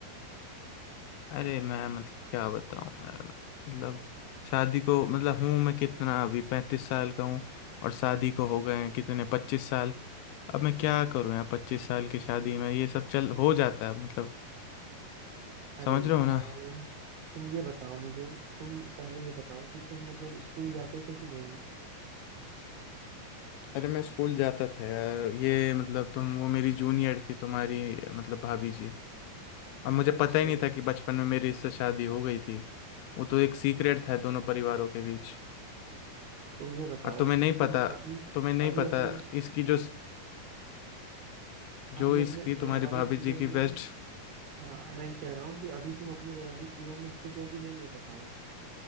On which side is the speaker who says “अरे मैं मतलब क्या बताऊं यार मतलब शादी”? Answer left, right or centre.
Left